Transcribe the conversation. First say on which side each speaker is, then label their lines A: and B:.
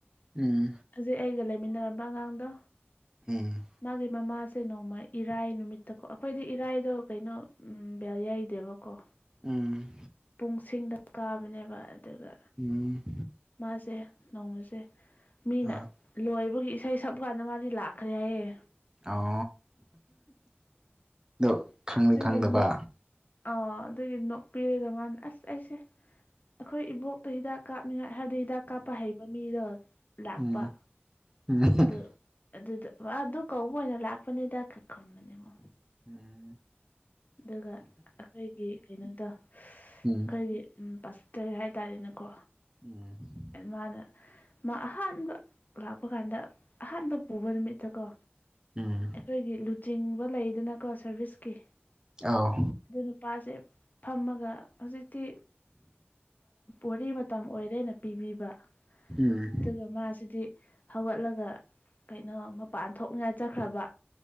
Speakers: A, on the right; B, on the left.
A: ꯎꯝ
B: ꯍꯧꯖꯤꯛ ꯑꯩꯒ ꯂꯩꯃꯤꯟꯅꯔꯝꯕ ꯑꯉꯥꯡꯗꯣ
A: ꯎꯝ
B: ꯃꯥꯒꯤ ꯃꯃꯥꯁꯦ ꯅꯣꯡꯃ ꯏꯔꯥꯏ ꯅꯨꯃꯤꯠꯇꯀꯣ ꯑꯩꯈꯣꯏꯗꯤ ꯏꯔꯥꯏꯗꯣ ꯀꯩꯅꯣ ꯕꯦꯜ ꯌꯥꯏꯗꯦꯕꯀꯣ
A: ꯎꯝ
B: ꯄꯨꯡꯁꯤꯡꯗ ꯀꯥꯕꯅꯦꯕ ꯑꯗꯨꯒ
A: ꯎꯝ
B: ꯃꯥꯁꯦ ꯅꯣꯡꯃꯁꯦ ꯃꯤꯅ
A: ꯑ
B: ꯂꯣꯏꯕꯒꯤ ꯏꯁꯩ ꯁꯛꯄ ꯀꯥꯟꯗ ꯃꯥꯗꯤ ꯂꯥꯛꯈ꯭ꯔꯦ ꯍꯥꯏꯌꯦ
A: ꯑꯣ ꯑꯣ ꯈꯪꯂꯤ
B: ꯑꯗꯨꯒꯤ
A: ꯈꯪꯗꯕ
B: ꯅꯣꯛ ꯑꯥ ꯑꯗꯨꯒꯤ ꯅꯣꯛꯄꯤꯔꯒ ꯃꯥꯅ ꯑꯁ ꯑꯩꯁꯦ ꯑꯩꯈꯣꯏ ꯏꯕꯣꯛꯇꯣ ꯍꯤꯗꯥꯛ ꯀꯥꯞꯅꯤꯡꯉꯥꯏ ꯍꯥꯏꯕꯗꯤ ꯍꯤꯗꯥꯛ ꯀꯥꯞꯄ ꯍꯩꯕ ꯃꯤꯗꯣ ꯂꯥꯛꯄ
A: ꯎꯝ <inaudible>
B: ꯑꯗꯨ ꯑꯗꯨꯗ ꯑꯗꯨ ꯀꯧꯕ ꯑꯣꯏꯅ ꯂꯥꯛꯄꯅꯤꯗ ꯈꯕꯅꯦꯕꯣ
A: ꯎꯝ
B: ꯑꯗꯨꯒ ꯑꯩꯈꯣꯏꯒꯤ ꯀꯩꯅꯣꯗꯣ ꯑꯩꯈꯣꯏꯒꯤ
A: ꯎꯝ
B: ꯎ ꯄꯁ ꯇꯔꯦꯠ ꯍꯥꯏꯇꯥꯔꯦꯅꯦꯀꯣ
A: ꯎꯝ
B: ꯃꯥꯅ ꯃꯥ ꯑꯍꯥꯟꯕ ꯂꯥꯛꯄ ꯀꯥꯟꯗ ꯑꯍꯥꯟꯕ ꯄꯨꯕ ꯅꯨꯃꯤꯠꯇ ꯀꯣ
A: ꯎꯝ
B: ꯑꯩꯈꯣꯏꯒꯤ ꯂꯨꯆꯤꯡꯕ ꯂꯩꯗꯅꯀꯣ ꯁꯥꯔꯚꯤꯁꯀꯤ
A: ꯑꯥꯎ
B: ꯑꯗꯨ ꯅꯨꯄꯥꯁꯦ ꯐꯝꯃꯒ ꯍꯧꯖꯤꯛꯇꯤ ꯋꯥꯔꯤ ꯃꯇꯝ ꯑꯣꯏꯔꯦꯅ ꯄꯤꯕꯤꯕ
A: ꯎꯝ
B: ꯑꯗꯨꯒ ꯃꯥꯁꯤꯗꯤ ꯍꯧꯒꯠꯂꯒ ꯀꯩꯅꯣ ꯃꯄꯥꯟ ꯊꯣꯛꯅ ꯆꯠꯈ꯭ꯔꯕ